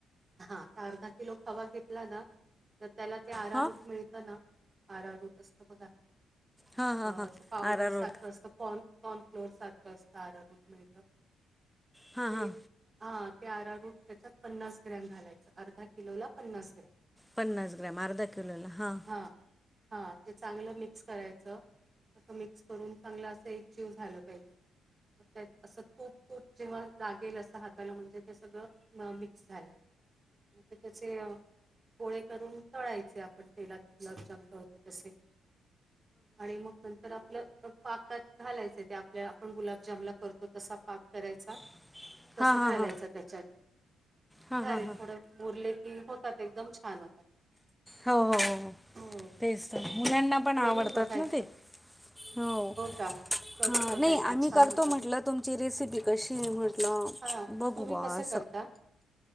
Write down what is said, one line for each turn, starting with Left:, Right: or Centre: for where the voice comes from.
Right: हा तर अर्धा किलो खवा घेतला ना तर त्याला ते आरा
Centre: हां
Right: रूट मिळ आ रूट असत बघ
Centre: हां हां
Right: अस
Centre: हां
Right: पावडर
Centre: आरा रोड
Right: सारखं असत. कॉन कॉन फ्लोर सारखं असणारं रुटन
Centre: हां
Right: ते
Centre: हां
Right: हा ते आरा रूट त्याच्यात पन्नास ग्रॅम घालायच अर्धा किलोला पन्नास ग्रॅम
Centre: पन्नास ग्रॅम अर्धा हा.
Right: हां हां ते चांगलं मिक्स करायचं असं मिक्स करून चांगलं असं एक जीव झालं पाहिजे असं तूप तूप जेव्हा लागेल असं म्हणजे ते सगळं मिक्स झालंय म त्याचे पोळे करून तळायचे आपण तेलात गुलाबजाम टळतो तसे आणि मग नाही. तर आपलं पाकात घालायचं ते आपल्या आपण गुलाबजामला करतो तसा पाक करायचा.
Centre: <inaudible>
Right: तसं घालायचं
Centre: हां
Right: त्याच्यात
Centre: हां
Right: झाले
Centre: हां हां
Right: थोडं मुरले की होतात एकदम छान होतात.
Centre: हो हो हो
Right: हो,
Centre: तेच तर मुलांना पण आवडतात
Right: करून बघा
Centre: ना
Right: एकदा.
Centre: ते. हो.
Right: का? करून
Centre: हा
Right: बघा
Centre: नाही
Right: एकदा
Centre: आम्ही
Right: छान
Centre: करतो
Right: होतात.
Centre: म्हटलं तुमची रेसिपी कशी म्हटलं
Right: हां,
Centre: बघवा
Right: तुम्ही कसं
Centre: असं
Right: करता?